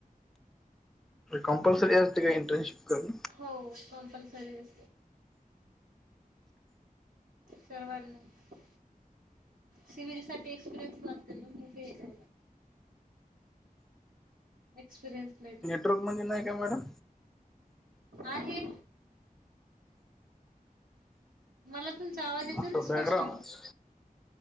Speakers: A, in the centre; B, on the right.
A: कंपल्सरी असते का इंटर्नशिप करन
B: हो कंपल्सरी असते. सर्वांना सिविलसाठी एक्सपिरियन्स लागतोय ना. एक्सपीरयनस मिळतो.
A: ग म्हण नाही का मॅडम
B: आहे. मला तुमचा आवाज येतो
A: असं
B: ना
A: बॅकग्राऊंड
B: स्पष्ट